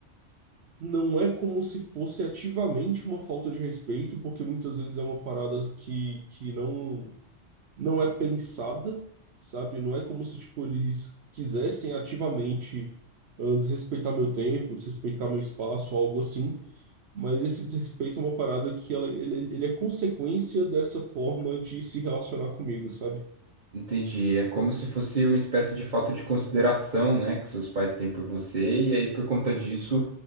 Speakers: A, on the right (about 65°); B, on the right (about 40°).
A: não é como se fosse ativamente uma falta de respeito, porque muitas vezes é uma parada que, que não não é pensada, sabe? Não é como se, tipo, eles quisessem ativamente ah, desrespeitar meu tempo, desrespeitar meu espaço, algo assim. Mas esse desrespeito é uma parada que ela, ele, ele é consequência dessa forma de se relacionar comigo, sabe?
B: Entendi. É como se fosse uma espécie de falta de consideração, né, que seus pais têm por você, e aí por conta disso,